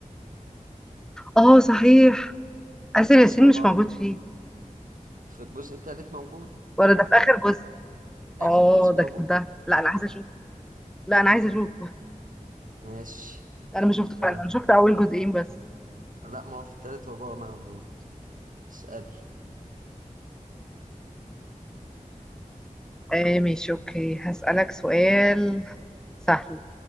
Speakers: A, in the centre; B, on the right.
A: اه صحيح آسر
B: مثلوا
A: ياسين مش
B: مع
A: موجود
B: بعض
A: فيه
B: في الجزء التالت موجود
A: ولا ده في اخر جزء
B: آخر
A: اه
B: جزء
A: ده
B: موجود
A: كده لا انا عايزه اشوف لا انا عايزه اشوف
B: ماشي
A: انا مش
B: كده
A: شفت انا شفت اول جزئين بس
B: لا ما هو في التالت هو بقى موجود اسألي
A: آه ماشي اوكي هسألك سؤال سهل